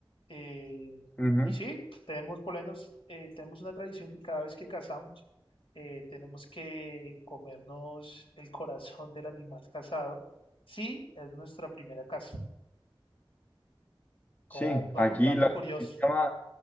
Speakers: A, on the left; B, on the left.
A: Eh,
B: Ujú.
A: y sí, tenemos por lo menos eh, tenemos una tradición que cada vez que cazamos eh, tenemos que comernos el corazón del animal cazado. Sí, es nuestra primera caza. Como
B: Sí,
A: para
B: aquí,
A: un dato
B: lo- aquí
A: curioso.
B: se llama,